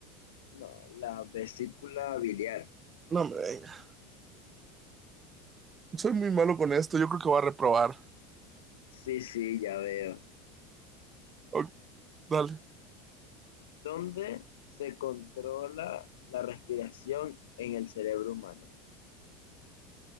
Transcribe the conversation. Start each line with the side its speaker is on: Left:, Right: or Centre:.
Left: No, la vesícula biliar.
Right: No me venga. Soy muy malo con esto. Yo creo que voy a reprobar.
Left: Sí, sí, ya veo.
Right: Ok, dale.
Left: ¿Dónde se controla la respiración en el cerebro humano?